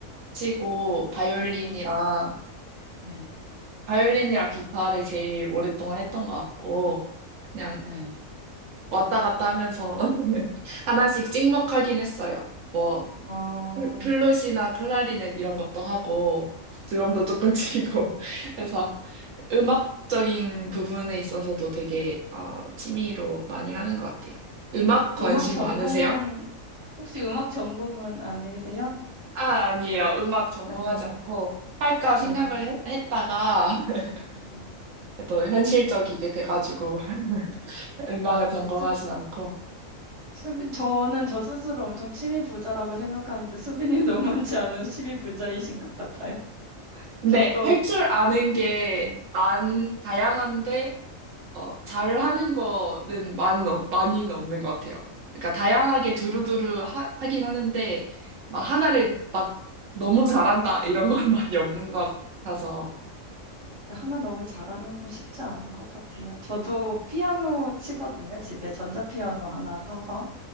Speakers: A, on the right (about 70°); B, on the right (about 25°).
A: 치고 바이올린이랑
B: 음, 네,
A: 바이올린이랑 기타를 제일 오랫동안 했던 것 같고 그냥
B: 네.
A: 왔다 갔다 하면서 <laughs> 하나씩 찍먹하긴 했어요. 뭐
B: 아,
A: 플- 플룻이나 클라리넷 이런 것도 하고 드럼도 조금 <laughs> 치고 그래서 음악적인 부분에 있어서도 되게 어, 취미로 많이 하는 것 같아요. 음악 관심
B: 음악 전공은,
A: 많으세요?
B: 혹시 음악 전공은 아니세요?
A: 아, 아니에요. 음악 전공하지
B: 아니,
A: 않고 할까 생각을
B: 네.
A: 해- 했다가 <laughs>
B: 음,
A: 또 현실적이게 돼가지고 <laughs> 음악을 전공하진
B: 그 수,
A: 않고.
B: 수빈, 저는 저 스스로 엄청 취미 부자라고 생각하는데 수빈님 <laughs> 너무 많지 않은 취미 부자이신 것 같아요.
A: 근데
B: 저도
A: 할 줄 아는 게
B: 네.
A: 많, 다양한데 어, 잘 하는 거는 많은, 없- 많이는 없는 것 같아요. 그러니까 다양하게 두루두루 하, 하긴 하는데 막 하나를 막 너무 잘한다 이런 건 <laughs> 많이 없는 것 같아서.
B: 하나 너무 잘하는 건 쉽지 않은 것 같아요. 저도 피아노 치거든요. 집에 전자피아노 하나 사서.